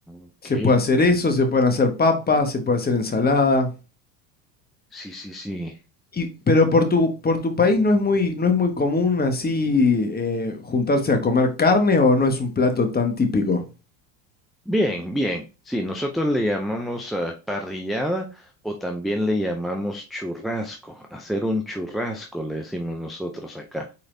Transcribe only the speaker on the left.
Se puede hacer eso, se pueden hacer papas, se puede hacer ensalada.
Y, pero por tu, por tu país no es muy, no es muy común así eh, juntarse a comer carne o no es un plato tan típico.